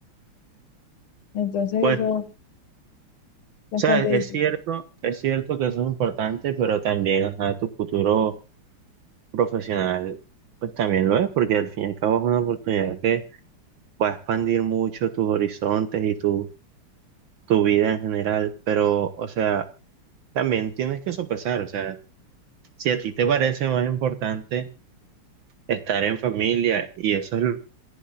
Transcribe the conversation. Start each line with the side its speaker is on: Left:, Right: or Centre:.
Left: Entonces,
Right: Pues,
Left: eso
Right: o
Left: es bastante
Right: sea, es
Left: difícil.
Right: cierto, es cierto que eso es importante, pero también, o sea, tu futuro profesional, pues también lo es, porque al fin y al cabo es una oportunidad que va a expandir mucho tus horizontes y tu, tu vida en general, pero, o sea, también tienes que sopesar, o sea, si a ti te parece más importante estar en familia y eso es lo que